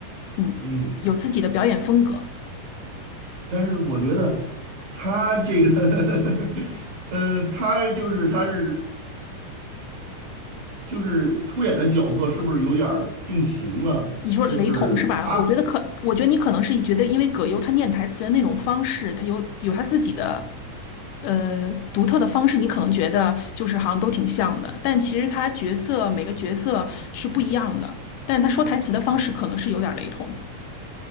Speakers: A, on the left; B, on the right.
A: 嗯，
B: 嗯。
A: 有自己的表演风格。
B: 但是我觉得他这个 <laughs> 呃，他就是他是就是出演的角色是不是有点儿定型了？
A: 你说雷同是吧？
B: 就是他
A: 我觉得可，我觉得你可能是觉得，因为葛优他念台词的那种方式，他有有他自己的。呃独特的方式，你可能觉得就是好像都挺像的，但其实他角色每个角色是不一样的，但他说台词的方式可能是有点儿雷同。